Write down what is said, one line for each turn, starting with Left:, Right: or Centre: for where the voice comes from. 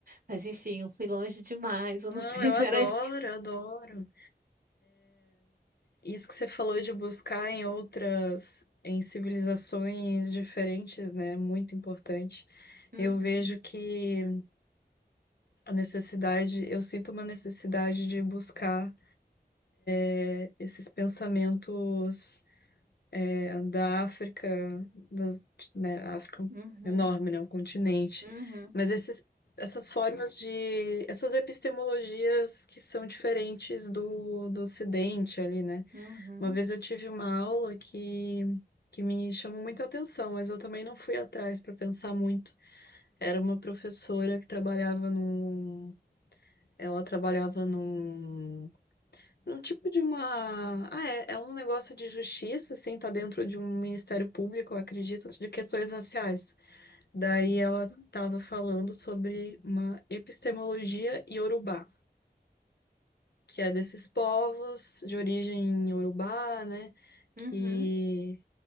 Right: Mas, enfim, eu fui longe demais, eu
Left: Não,
Right: não <laughs> sei
Left: eu
Right: se
Left: adoro,
Right: era isso que...
Left: eu adoro. Isso que você falou de buscar em outras, em civilizações diferentes, né? Muito importante.
Right: Uhum,
Left: Eu vejo que A necessidade, eu sinto uma necessidade de buscar é, esses pensamentos é, da África, das, né, a África
Right: uhum,
Left: é enorme, né, um continente,
Right: uhum.
Left: mas esses, essas formas de, essas epistemologias que são diferentes do, do Ocidente ali, né?
Right: Uhum,
Left: Uma vez eu tive uma aula que que me chamou muita atenção, mas eu também não fui atrás para pensar muito. Era uma professora que trabalhava num, ela trabalhava num Um tipo de uma. Ah, é, é um negócio de justiça, assim, tá dentro de um ministério público, eu acredito, de questões raciais. Daí ela tava falando sobre uma epistemologia iorubá, que é desses povos de origem iorubá, né? Que,
Right: uhum,